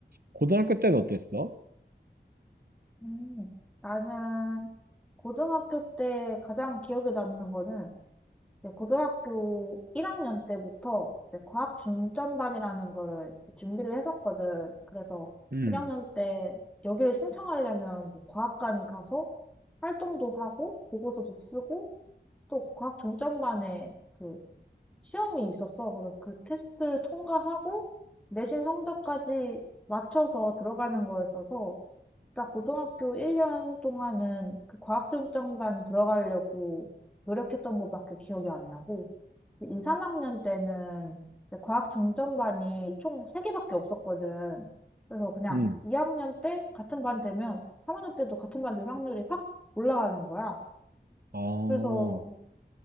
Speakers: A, on the right (about 55°); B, in the centre.
A: 고등학교 때는 어땠어?
B: 음. 나는 고등학교 때 가장 기억에 남는 거는 네, 고등학교 1학년 때부터 이제 과학 중점반이라는 거를 준비를 했었거든. 그래서
A: 음.
B: 1학년 때 여기를 신청하려면 뭐 과학관 가서 활동도 하고 보고서도 쓰고 또 과학 중점반에 그 시험이 있었어. 그래서 그 테스트를 통과하고 내신 성적까지 맞춰서 들어가는 거였어서 진짜 고등학교 1년 동안은 그 과학 중점반 들어가려고 노력했던 것밖에 기억이 안 나고 2, 3학년 때는 이제 과학 중점반이 총 3개밖에 없었거든. 그래서 그냥
A: 음.
B: 2학년 때 같은 반 되면 3학년 때도 같은 반 될 확률이 확 올라가는 거야.
A: 어.
B: 그래서